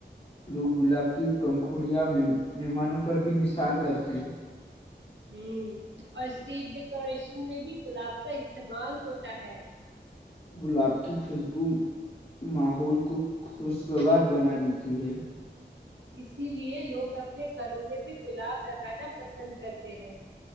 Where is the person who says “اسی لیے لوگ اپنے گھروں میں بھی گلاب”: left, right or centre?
Right